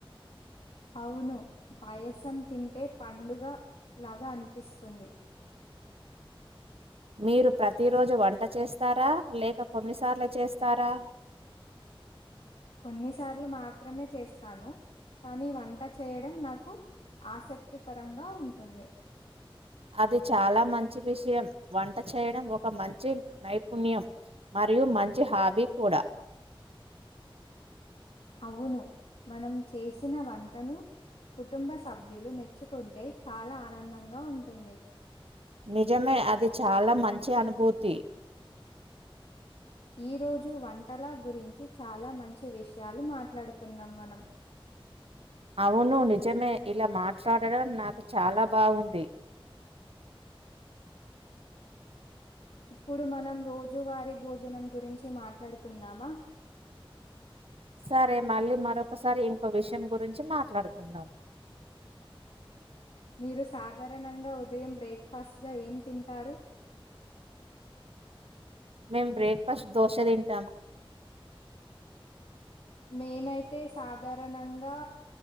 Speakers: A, on the left; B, on the right.
A: అవును పాయసం తింటే పండుగ లాగా అనిపిస్తుంది
B: మీరు ప్రతిరోజు వంట చేస్తారా లేక కొన్నిసార్లు చేస్తారా
A: కొన్నిసార్లు మాత్రమే చేస్తాను కానీ వంట చేయడం నాకు ఆసక్తికరంగా ఉంటుంది
B: అది చాలా మంచి విషయం వంట చేయడం ఒక మంచి నైపుణ్యం మరియు మంచి హాబీ కూడా
A: అవును మనం చేసిన వంటను కుటుంబ సభ్యులు మెచ్చుకుంటే చాలా ఆనందంగా ఉంటుంది
B: నిజమే అది చాలా మంచి అనుభూతి
A: ఈరోజు వంటలా గురించి చాలా మంచి విషయాలు మాట్లాడుకున్నాం మనం
B: అవును నిజమే ఇలా మాట్లాడడం నాకు చాలా బావుంది
A: ఇప్పుడు మనం రోజువరి భోజనం గురించి మాట్లాడుకుందామా
B: సరే మళ్ళీ మరొకసారి ఇంకో విషయం గురించి మాట్లాడుకుందాం
A: మీరు సాధారణంగా ఉదయం బ్రేక్ఫాస్ట్గా ఏం తింటారు
B: మేము బ్రేక్ఫాస్ట్ దోశ తింటాం
A: మేమైతే సాధారణంగా